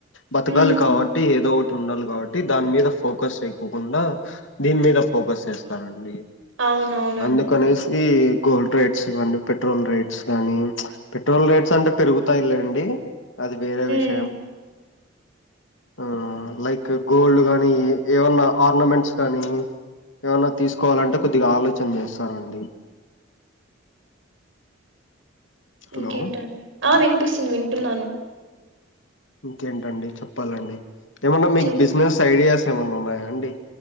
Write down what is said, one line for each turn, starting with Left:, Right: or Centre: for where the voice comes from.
Left: బతకాలి
Right: ఉహు
Left: కాబట్టి ఏదో ఓ ఉండాలి కాబట్టి దాని మీద ఫోకస్ చేయకకుండా దీని మీద ఫోకస్ చేస్తారండి
Right: అవునవునండి
Left: అందుకనేసి గోల్డ్ రేట్స్ ఇవ్వండి పెట్రోల్ రేట్స్ గానీ పెట్రోల్ రేట్స్ అంటే పెరుగుతాయిలేండి అది వేరే విష
Right: మ్మ్
Left: ఆ లైక్ గోల్డ్ గానీ ఏ ఏమన్నా ఆర్నమెంట్స్ గానీ ఏమన్నా తీసుకోవాలంటే కొద్దిగా ఆలోచన చేస్తారండి
Right: ఇంకేంటం
Left: హలో
Right: ఆ వినిపిస్తుంది వింటున్నాను
Left: ఇంకేంటండి చెప్పాలండి ఏమన్నా మీకు
Right: చెప్
Left: బిజినెస్ ఐడియాస్ ఏమన్నా ఉన్నాయా అండి